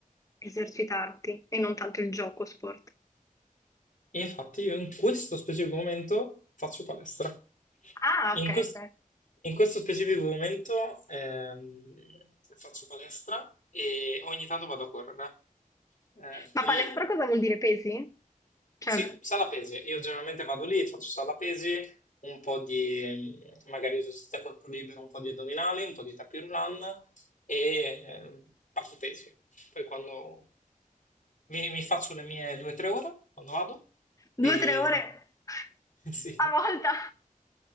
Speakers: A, on the left; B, on the left.
A: esercitarti e non tanto il gioco sport?
B: infatti io in questo specifico momento faccio palestra.
A: Ah,
B: In
A: ok.
B: questo,
A: ok.
B: in questo specifico momento ehm, faccio palestra e ogni tanto vado a correre. Eh,
A: Ma
B: poi
A: palestra cosa vuol dire pesi? Cioè,
B: Sì, sala pesi. Io generalmente vado lì, faccio sala pesi, un po' di mm, magari esercizio a corpo libero, un po' di addominali, un po' di tapis roulant e eh, faccio pesi. Poi quando mi, mi faccio le mie due o tre ore, quando vado,
A: due
B: e
A: o tre ore <laughs>
B: <laughs> sì,
A: a volta?